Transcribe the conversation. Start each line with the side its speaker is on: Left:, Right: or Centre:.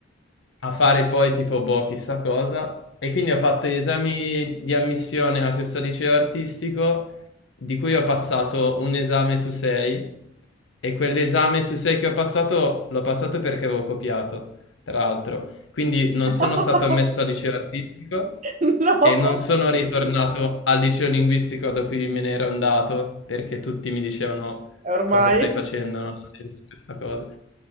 Left: a fare poi tipo boh, chissà cosa. E quindi ho fatto gli esami di ammissione a questo liceo artistico, di cui ho passato un esame su sei. E quell'esame su sei che ho passato, l'ho passato perché avevo copiato, tra l'altro. Quindi non
Right: <laughs>
Left: sono stato ammesso al liceo artistico
Right: No,
Left: e non sono ritornato al liceo linguistico da cui me ne ero andato, perché tutti mi dicevano
Right: ormai.
Left: cosa stai facendo, non ha senso questa cosa.